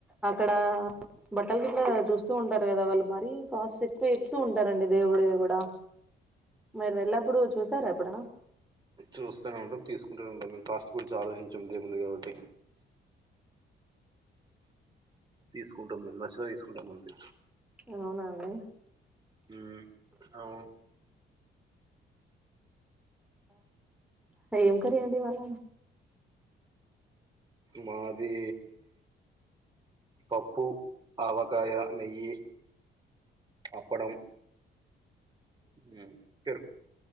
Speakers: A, in the centre; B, on the right.
A: అక్కడ బట్టల గిట్లా చూస్తూ ఉంటారు కదా వాళ్ళు మరీ కాస్ట్ ఎక్కువ చెప్తూ ఉంటారండి దేవుడివి కూడా మీరు వెళ్ల్లప్పుడు చూసార ప్పుడ
B: చూస్తూనే ఉంటాం తీసుకుంటూనే ఉంటాం మేము కాస్ట్ గురించి ఆలోచించాం దేవుంది కాబట్టి తీసుకుంటాం మేము నచ్చతే తీసుకుంటాం అంతె
A: అవునా అండి
B: మ్ అవును
A: క ఏం కరి అండి ఈ వ్వాళ
B: మాది పప్పు ఆవగాయ నెయ్యి అప్పుడం హ్మ్ పేరు